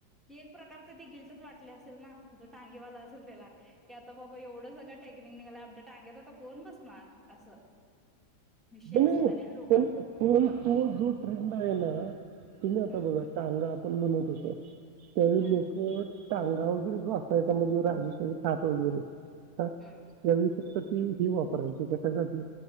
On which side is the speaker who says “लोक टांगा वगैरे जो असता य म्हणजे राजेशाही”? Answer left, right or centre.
Right